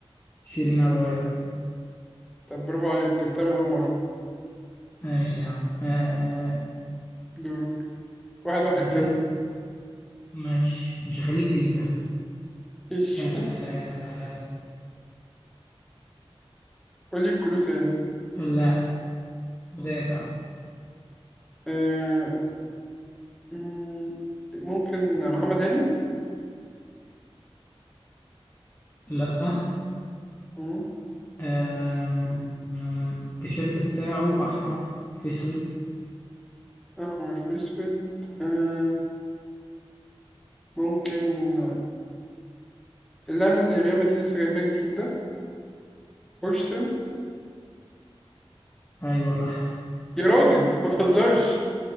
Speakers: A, on the left; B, in the centre.
A: شيرين أبو وهاب
B: طب برافو عليك جبتها من أول مرة
A: ماشي يا عم آه آه،
B: دورك واحد واحد
A: ده
B: كده
A: كده ماشي مش هخليك تجيب ده
B: إيش
A: آه
B: <laughs> قولي الكلو تاني
A: اللاعب مدافع
B: آه... مم، ممكن محمد هاني
A: لأ
B: مم،
A: آم، مم، التيشيرت بتاعه أحمر في أسود
B: أحمر في أسود آه... ممكن اللاعب اللي ريال مدريد لسه جايباه جديد ده هورسن
A: أيوه صح
B: يا راجل ما تهزرش